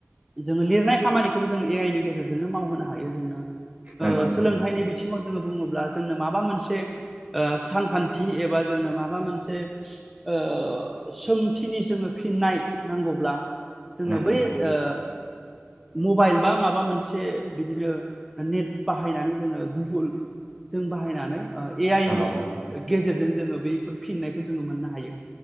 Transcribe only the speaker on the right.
नंगौ
नंगौ
नंगौ
औ